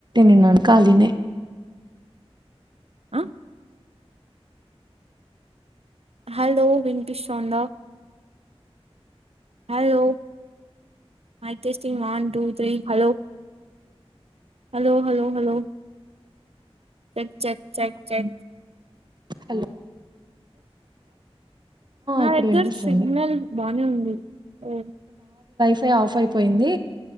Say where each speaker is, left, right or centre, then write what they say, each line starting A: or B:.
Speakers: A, on the right (about 45°); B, on the right (about 70°).
A: న్నాను కాలినే
B: అ హలో వినిపిస్తాందా hello mic testing one two three hello hello hello hello check check check check
A: hello
B: నా
A: ఇప్పుడు
B: దగ్గర
A: వినిపిస్తుంది
B: సిగ్నల్ బానే ఉంది ఓ
A: పే ఆఫ్ అయిపోయింది